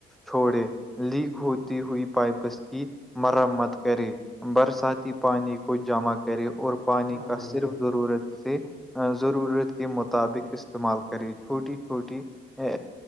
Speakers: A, in the centre; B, on the right (about 55°).
A: چھوڑے لیک ہوتی ہوئی پائپس کی مرمت کرے برساتی پانی کو جمع کرے اور پانی
B: ہاں
A: کا
B: بھائی
A: صرف
B: جان
A: ضرورت سے ضرورت کے مطابق استعمال کریں چھوٹی چھوٹی ا